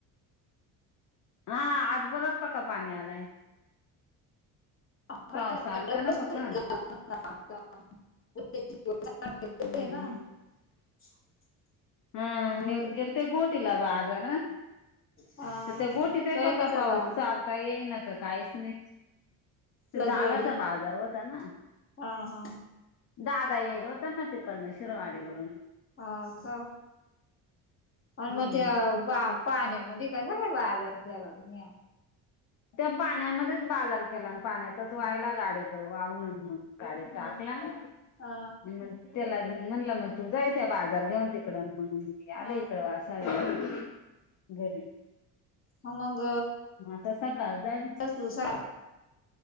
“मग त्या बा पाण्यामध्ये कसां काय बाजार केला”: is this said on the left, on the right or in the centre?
Left